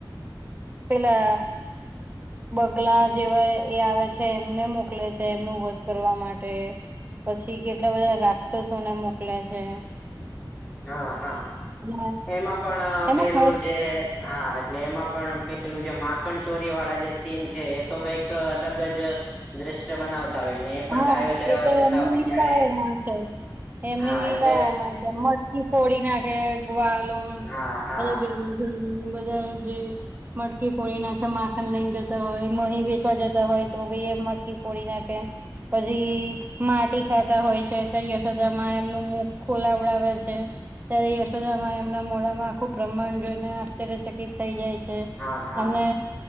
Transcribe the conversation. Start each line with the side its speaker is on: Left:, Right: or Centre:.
Right: પેલા બગલા જેવા એ આવે છે એમને મોકલે છે એમનું વધ કરવા માટે પછી કેટલા બધા રાક્ષસોને મોકલ્યા છે
Centre: હા હા
Right: હમ
Centre: એમાં પણ
Right: એમાં
Centre: પેલું જે હા એટલે એમાં પણ પેલું જે માખણ ચોરી વાળા જે સીન છે તો કઈક અલગ જ દ્રશ્ય બનાવતા હોય ને પણ
Right: હા
Centre: ગાયો ચરાવવા
Right: એ તો
Centre: જતા
Right: એમની
Centre: હોય
Right: લીલાઓ
Centre: ત્યારે
Right: માં છે એમની
Centre: હા
Right: લીલાઓમાં
Centre: એટલે
Right: છે મ ફડી નાખે ગ્વાલો
Centre: હા હા
Right: બધા બધા જે મટકી ફોડી નાખે માખન લઈને જતા હોય મહીં વચવા જતા હોય તો બી એ મટકી ફોડી નાખે પછી માટી ખાતા હોય છે્યારે યશોધા માં એમનું મુખ ખોલાવડાવે છે ત્યારે યશોદા માં એમના મોડામાં ખુબ પ્ર્ણ જોઈને આશ્ચર્ય થઈ જાય છે
Centre: હા હા
Right: અને